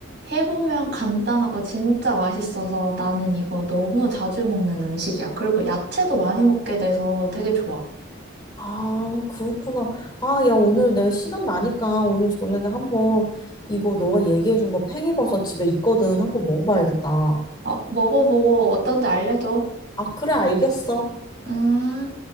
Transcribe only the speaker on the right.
해보면 간단하고 진짜 맛있어서 나는 이거 너무 자주 먹는 음식이야. 그리고 야채도 많이 먹게 돼서 되게 좋아.
어, 먹어보고 어떤지 알려줘.
음.